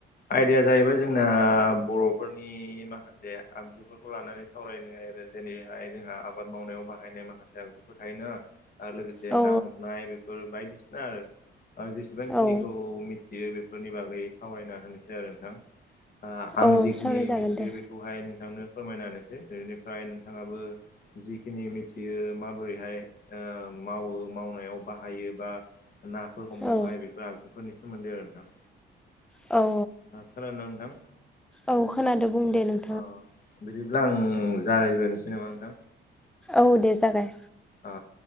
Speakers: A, on the left (about 45°); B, in the centre.
A: आयदाया जाहैबाय जोंना बर'फोरनि नि माखासे आगजुफोरखौ लानानै सावरायनो आरो जे हाय जोंहा आबाद मावनायाव बाहायनाय माखासे आगजुफोर थायोना आरो लोगोसे
B: औ
A: ना हमनाय बेफोर बायदिसिना आरो ओ जेसेबांखिनिखौ
B: औ
A: मि थियो बेफोरनि बागै सावरायना होनोसै आरो नोंथां ओ आं
B: औ
A: जिखिनि
B: सावरायजागोन
A: मिथियो
B: दे
A: बे बेखौहाय नोंथांनो फोरमायना होनोसै बेनिफ्राय नोंथाङाबो जिखिनि मिथियो माबोरैहाय ओ मावो मावनायाव बाहायो बा नाफोर हमनायाव
B: औ
A: बाहायो बेफोर आगजुफोरनि सोमोन्दै आरो नोंथां
B: औ
A: खोनादोना नोंथां
B: औ खोनादों बुं दे नों
A: अ बिदिब्ला आं जागायग्रोनोसै नामा नोंथां
B: औ दे जागाय
A: आ